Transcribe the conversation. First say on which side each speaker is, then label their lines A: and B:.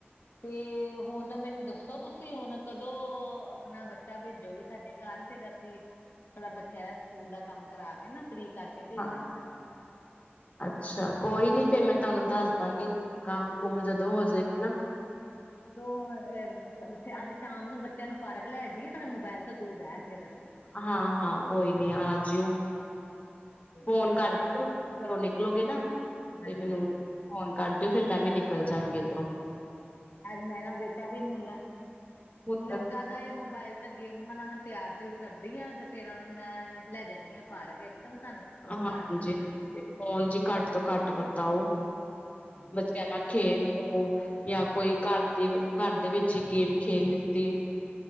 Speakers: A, on the left; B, on the left.
A: ਤੇ ਹੁਣ ਮੈਨੂੰ ਦੱਸੋ, ਤੁਸੀਂ ਹੁਣ ਕਦੋਂ ਆਪਣਾ ਬੱਚਾ ਭੇਜੋਗੇ? ਸਾਡੇ ਘਰ, ਫਿਰ ਅਸੀਂ ਥੋੜਾ, ਬੱਚਿਆਂ ਦਾ ਸਕੂਲ ਦਾ ਕੰਮ ਕਰਾ ਕੇ, ਨਾ ਫਰੀ ਕਰਕੇ ਭੇਜਦਾ
B: ਹਾਂ
A: ਕਰਾਂਗੀ
B: ਅੱਛਾ, ਕੋਈ ਨੀ ਫੇਰ ਮੈਂ, ਤੁਹਾਨੂੰ ਦੱਸ ਦਾਂਗੀ, ਕੰਮ ਕੁਮ ਜਦੋਂ ਹੋਜਏਗਾ, ਨਾ
A: ਉਦੋਂ, ਅੱਜ ਸ਼ਾਮ ਨੂੰ ਬੱਚਿਆਂ ਨੂੰ ਪਾਰਕ ਲੈ ਜਈਏ, ਤੁਹਾਡੇ ਮੋਬਾਇਲ ਤੋਂ ਦੂਰ ਰਹਿਣਗੇ ਬੱਚੇ।
B: ਹਾਂ- ਹਾਂ ਕੋਈ ਨੀ, ਆ ਜਿਓ। ਫੋਨ
A: ਠੀਕ
B: ਕਰ
A: ਆ ਫਿਰ
B: ਕੇ, ਘਰੋਂ ਨਿਕਲੋਗੇ ਨਾ,
A: ਹਾਂਜੀ
B: ਤੇ ਮੈਨੂੰ
A: ਹਾਂਜੀ
B: ਫੋਨ ਕਰ ਦਿਓ, ਫਿਰ ਮੈਂ ਵੀ ਨਿਕਲ ਜਾਂਗੀ, ਇੱਧਰੋਂ
A: ਅੱਜ, ਮੇਰਾ ਬੇਟਾ ਵੀ ਹੁਣ
B: ਹੁਣ
A: ਲੱਗਾ ਦਾ, ਇਹ ਮੋਬਾਇਲ ਤਾਂ, ਗੇਮ ਮੈਂ ਨੂੰ ਤਿਆਰ ਤਉਰ ਕਰਦੀ ਆ, ਤੇ ਫੇਰ ਉਹਨਾਂ ਨੂੰ ਮੈਂ ਲੈ, ਜਾਂਦੀ ਹਾਂ ਪਰਕ ਗਏ ਤੇ, ਮੈਂ ਤੁਹਾਨੂੰ ਫੋਨ
B: ਹਾਂਜੀ
A: ਕਰ ਦਾਂਗੀ।
B: ਫੋਨ ਜੀ, ਘੱਟ ਤੋਂ ਘੱਟ ਵਰਤਾਓ?
A: ਹਾਂਜੀ
B: ਬੱਚਿਆਂ, ਨਾਲ
A: ਇਸ ਤਰ੍ਹਾਂ
B: ਖੇਲ
A: ਹੀ
B: ਲੋ, ਜਾਂ ਕੋਈ ਘਰ ਤੇ, ਘਰ ਦੇ ਵਿੱਚ ਹੀ ਗੇਮ, ਖੇਲ ਲਿੱਤੀ।